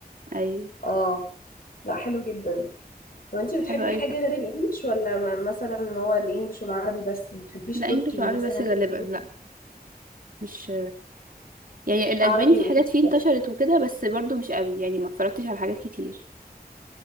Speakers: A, on the right; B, on the left.
A: ايوه
B: اه لا حلو جدا طب انتي بتحبي
A: حلوة قوي
B: حاجة
A: فعلا
B: غير الانجليش ولا م- مثلا هو الانجليش والعربي بس ما بتحبيش
A: لا
B: تركي
A: انجلش وعربي
B: مثلا
A: بس غالبا
B: كوري
A: لا مش يعني الاسباني
B: عربي
A: في
B: وانجليش
A: حاجات فيه انتشرت
B: بس
A: وكده بس برضو مش قوي يعني ما اتفرجتش على حاجات كتير